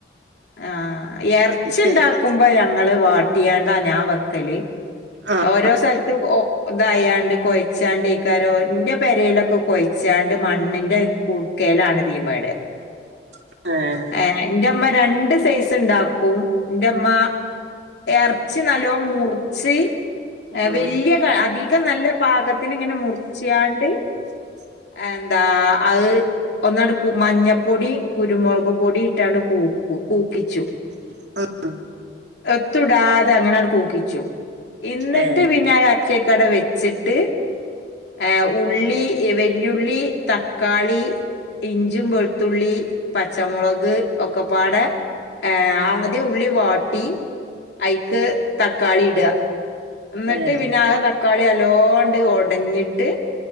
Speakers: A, on the left; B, on the right.
A: ആഹ് എറച്ചി
B: പിന്നെ
A: ഉണ്ടാക്കുമ്പോ ഞങ്ങള് വാട്ടിയാണ്ട ഞാൻ വെക്കല്
B: ആഹ്
A: ഓരോ സ്ഥലത്തും ഒ ഇതായാണ്ട് കൊഴച്ചാണ്ടേയ്ക്കാരം ഇന്റെ പെരേലൊക്കെ കൊഴ് ച്ചാണ്ട് മണ്ണിന്റെ കുട്ക്കേലാണ് തീമെട
B: ആഹ്
A: ഏഹ് ഇന്റെമ്മ രണ്ട് സൈസ് ഇണ്ടാക്കും ഇന്റെമ്മ എർച്ചി നല്ലോം മുറിച്ച്
B: ആഹ്
A: വല്യ അധികം നല്ല പാകത്തിന് ഇങ്ങനെ മുറിച്ചിആണ്ട്
B: <inaudible>
A: അതെന്താ അത് ഒന്നാണ്ട് കു മഞ്ഞപ്പൊടീം കുരുമുളകും പൊടിയിട്ടാണ് കൂക്കും കൂക്കിച്ചും
B: <unintelligible>
A: എത്തുടാതെ അങ്ങനാണ്ട് കൂക്കിച്ചു ഇന്നിട്ട്
B: ഏഹ്
A: പിന്നെ അത് അച്ചേക്കവട വെച്ചിട്ട് ഏഹ് ഉള്ളി എ വല്യുഉള്ളി തക്കാളി ഇഞ്ചിം വെളുത്തുള്ളി പച്ചമുളക് ഒക്കെ പാടെ ഏഹ് ആദ്യം ഉള്ളി വാട്ടി അയ്ക്ക് തക്കാളി ഇടാ ഇന്നട്ട്
B: ഏഹ്
A: പിന്നെ ആ തക്കാളി നല്ലോണ്ട് ഒടഞ്ഞിട്ട്